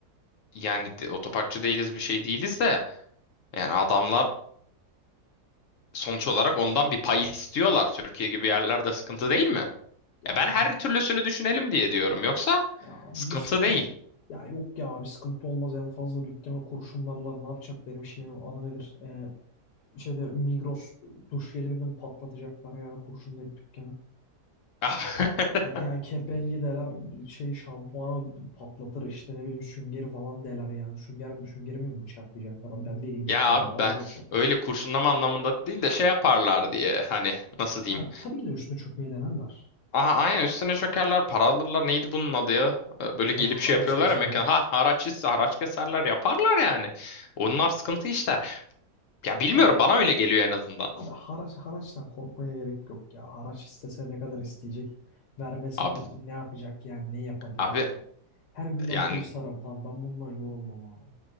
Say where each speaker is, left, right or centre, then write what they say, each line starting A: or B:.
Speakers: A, on the left; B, on the left.
A: yani de- otoparkçı değiliz bir şey değiliz de yani adamlar sonuç olarak
B: E,
A: ondan bir pay istiyorlar. Türkiye gibi yerlerde sıkıntı değil mi?
B: ya
A: Ya
B: abi
A: ben her türlüsünü düşünelim diye diyorum. Yoksa
B: Ya abi
A: sıkıntı
B: bir sıkın.
A: değil.
B: Ya yok ya bir sıkıntı olmaz en fazla dükkanı kurşunlarlar ne yapacak benim şeyim adı nedir? Ee, şeyde Migros duş jeliminden patlatacaklar yani kurşunlayıp dükkanı.
A: <laughs>
B: Hani Yani kepengi deler şey şampuanı patlatır işte ne bileyim süngeri falan deler yani. Sünger mi süngeri mi bıçaklayacaklar abi ben vereyim
A: Ya
B: bir iki tane
A: abi
B: daha onu
A: ben
B: da bıçaklasın.
A: öyle kurşunlama anlamında değil de şey yaparlar diye hani nasıl diyeyim.
B: Yani tabii ki de üstüne çökmeyi denerler.
A: Aha aynen üstüne çökerler para alırlar neydi bunun adı ya. Ee, Böyle
B: Hani
A: gelip
B: haraç
A: şey yapıyorlar
B: keserler.
A: ya mekan ha haraç ise haraç keserler yaparlar yani. Onlar sıkıntı işler. Ya bilmiyorum
B: Ya
A: bana öyle geliyor en azından.
B: Abi haraç, haraçtan korkmaya gerek yok ya. Haraç istese ne kadar isteyecek? Vermesem
A: Abi
B: ne yapacak yani? Ne yapabilir
A: abi
B: ki? Her gün
A: Yani
B: ben polis ararım. Tamam ben bundan yorulmam abi.